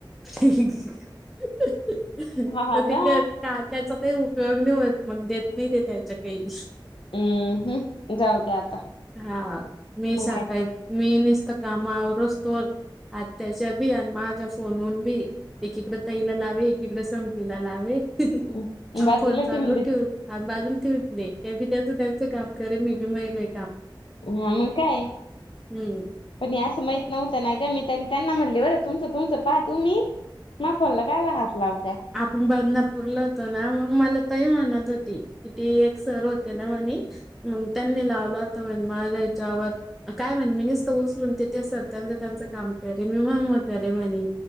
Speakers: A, in the centre; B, on the left.
A: तर
B: हा
A: ते
B: ना
A: का का त्याचा काही उपयोग नाही होत मग देत नाही ते त्याच्या काही.
B: हम्म हम् जाऊ दे आता
A: हा मी
B: मग
A: सकाळी
B: काय
A: मी नि काम आवरूस तोवर. आत्याच्या बी आणि माझ्या फोनून बी. एकीकडे ताईला लावे एकीकडे समतीला लावे.
B: हम्
A: आम्
B: बाजूला
A: फोन चालू
B: दे
A: ठेवून आ बाजून ठेव दे त्या बी त्याच त्याचं काम करेन मी काय नाही बाई.
B: हा मग काय.
A: हम्म
B: पण हे असं माहित नव्हतं ना गं मी तरी त्यांना म्हणलं बरं तुमचं तुमचं पाहा तुम्ही, माया फोनला कायला हात लाव
A: आपण बदलापूरला होतो ना, मग मला ताई म्हणत होती कि ते एक सर होते ना म्हने. मग त्यांनी लावला होता म्हणे माझ्या ह्याच्यावर आणि काय माहित मी निसत उचलून ते सर त्यांच त्यांच काम करेलं ना मग करे म्हणे.